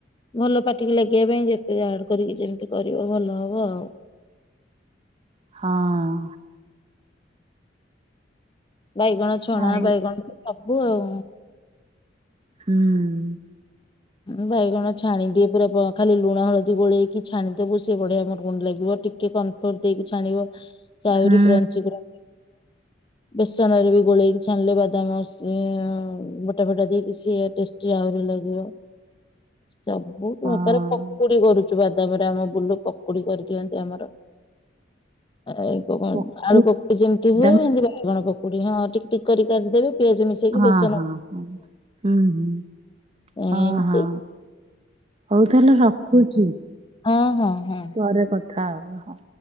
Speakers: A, on the left; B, on the right.
A: ଭଲ ପାଟିକୁ ଲାଗିବା ପାଇଁ, ଯେତେ ଆଡ଼ କରିକି, ଯେମିତି କରିବ, ଭଲ ହବ ଆଉ।
B: ହଁ-ଅ-ଅ।
A: ବାଇଗଣ ଛଣା,
B: ଆଳୁ
A: ବାଇଗଣ ସବୁ ଆଉ।
B: ହୁଁ।
A: ମୁଁ ବାଇଗଣ ଛାଣିଦିଏ ପୁରା ଖା ଲୁଣ ହଳଦୀ ଗୋଳେଇକି ଛାଣିଦବୁ ସେ ବଢ଼ିଆ ମୁଡ଼ ମୁଡ଼ ଲାଗିବ ଟି ଟେ କନଫୋର ଦେଇକି ଛାଣିବ ସେ ଆହୁରି
B: ହୁଁ
A: କ୍ରଞ୍ଚ <unintelligible> ବେସନ ରେ ବି ଗୋଳେଇକି ଛାଣିଲେ ବାଦାମ ସିଏ ବୋଟା ଫଟା ଦେଇକି ସିଏ ଟେସ ସ୍ଟି ଆହୁରି ଲାଗିବ ସବୁ
B: ହଁ
A: ପ୍ରକାର ପକୁଡ଼ି କରୁ ବାଦାମରେ ଆମ ବୁଲୁ ପକୁଡ଼ି କରିଦିଅନ୍ତି ଆମର ଏ ଆଳୁ
B: ପକୁ
A: ପକୁଡ଼ି ଯେମିତି ହୁଏ
B: ଦମ୍-
A: ଏମିତି ବାଇଗଣ ପକୁଡ଼ି ହଁ ଠିକ ଠିକ କରିକି କାଟିଦେବେ ପିଆଜ ମିଶେଇକି
B: ହଁ
A: ବେସନ
B: ହଁ ହଁ ହୁଁ ହୁଁ
A: ଏମତି
B: ହଁ ହଁ। ହଉ ତାହେଲେ ରଖୁଛି
A: ହଁ ହଁ ହଁ।
B: ପରେ କଥା ହବ।